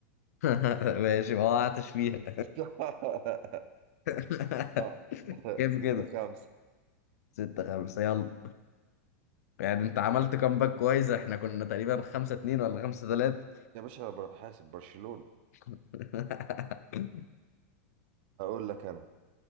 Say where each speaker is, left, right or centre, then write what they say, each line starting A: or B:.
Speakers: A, on the left; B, on the right.
A: <laughs> ماشي ما وقعتش فيها
B: <laughs>
A: <laughs>
B: لا
A: كام
B: ستة
A: كده
B: خمسة
A: ستة خمسة يلا يعني انت عملت كامباك كويس احنا كنا تقريبا خمسة اتنين ولا خمسة تلاتة
B: يا باشا بر- حاسب برشلونة
A: <laughs>
B: هقول لك انا